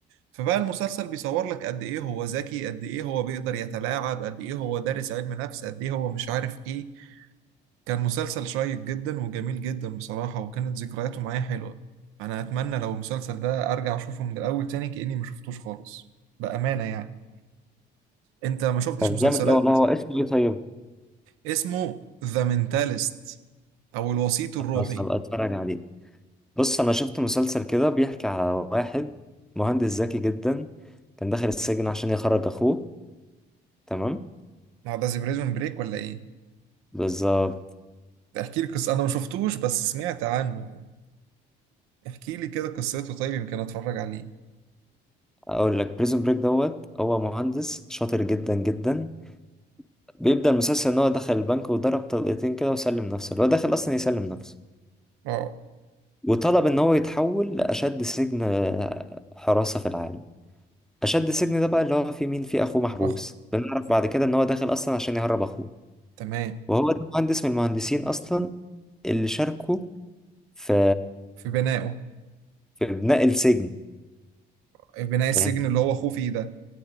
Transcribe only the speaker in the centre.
طب
جامد أوي والله هو اسمه ايه طيب
خلاص هبقى اتفرج عليه بص انا شفت مسلسل كده بيحكي على واحد مهندس ذكي جدا كان داخل السجن عشان يخرج اخوه تمام
بالظبط
اقول لك بريزون بريك دوت هو مهندس شاطر جدا جدا بيبدأ المسلسل ان هو دخل البنك وضرب طلقتين كده وسلم نفسه اللي هو داخل اصلا يسلم نفسه
وطلب ان هو يتحول لاشد سجن آه، حراسة في العالم اشد السجن ده بقى اللي هو فيه مين فيه اخوه محبوس
بنعرف بعد كده ان هو داخل اصلا عشان يهرب اخوه
وهو ده مهندس من المهندسين اصلا اللي شاركوا في
في بناء السجن
فاهم